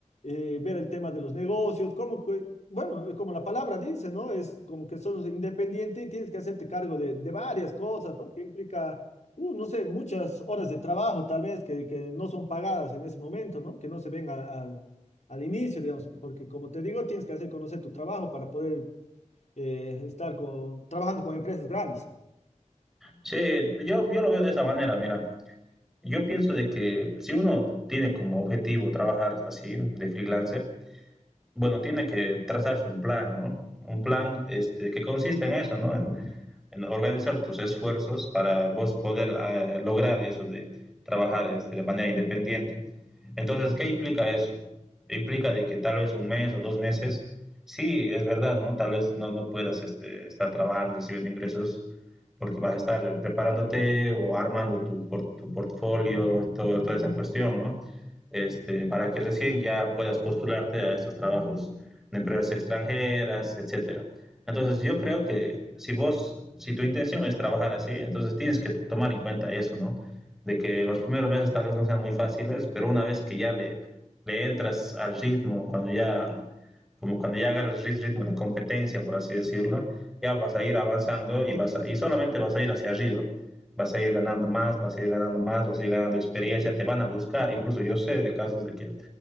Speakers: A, on the left; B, in the centre.
A: eh, ver el tema de los negocios, cómo, bueno, eh, como la palabra dice, ¿no? Es como que sos independiente y tienes que hacerte cargo de, de varias cosas, ¿no? Que implica, uh, no sé, muchas horas de trabajo tal vez que, que no son pagadas en ese momento, ¿no? Que no se ven al, al- al inicio, digamos, porque como te digo, tienes que hacer conocer tu trabajo para poder eh, estar con, trabajando con empresas grandes.
B: Sí, yo, yo lo veo de esa manera, mira. Yo pienso de que si uno tiene como objetivo trabajar así, de freelancer, bueno, tiene que trazarse un plan, ¿no? Un plan este, que consiste en eso, ¿no? En, en organizar tus esfuerzos para vos poder eh, lograr eso de trabajar este, de manera independiente. Entonces, ¿qué implica eso? Implica de que tal vez un mes o dos meses, sí, es verdad, ¿no? Tal vez no, no puedas este, estar trabajando, recibiendo ingresos, porque vas a estar preparándote o armando tu, por, tu portfolio, todo, toda esa cuestión, ¿no? este, para que recién ya puedas postularte a estos trabajos de empresas extranjeras, etcétera. Entonces yo creo que si vos, si tu intención es trabajar así, entonces tienes que tomar en cuenta eso, ¿no? De que los primeros meses tal vez no sean muy fáciles, pero una vez que ya le, le entras al ritmo, cuando ya, como cuando ya agarras el ritmo de competencia, por así decirlo, ya vas a ir avanzando y vas a, y solamente vas a ir hacia arriba vas a ir ganando más, vas a ir ganando más, vas a ir ganando experiencia, te van a buscar. Incluso yo sé de casos de que